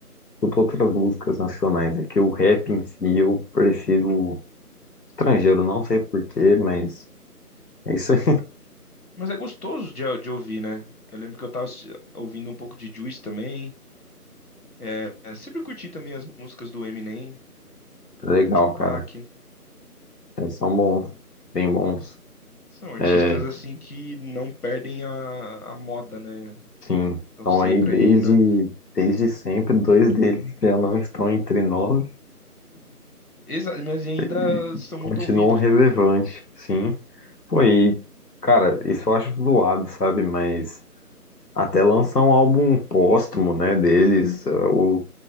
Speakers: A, on the left; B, on the left.
A: escuto outras músicas nacionais. É que o rap em si eu prefiro estrangeiro, não sei porquê, mas é isso aí.
B: Mas é gostoso de, de ouvir, né? Eu lembro que eu tava assi- ouvindo um pouco de Juice também. É, é, sempre curti também as músicas do Eminem,
A: <laughs> Legal,
B: Tupac.
A: cara. Eles são bons, bem bons.
B: São artistas
A: É,
B: assim que não perdem a, a moda, né?
A: sim,
B: Estão
A: estão
B: sempre
A: aí desde,
B: aí, né?
A: desde sempre. Dois deles já não estão entre nós
B: Exa mas ainda
A: e
B: são
A: continuam
B: muito ouvidos,
A: relevantes,
B: né?
A: sim. Pô, e, cara, isso eu acho zoado, sabe? Mas até lançar um álbum póstumo, né, deles, eh, o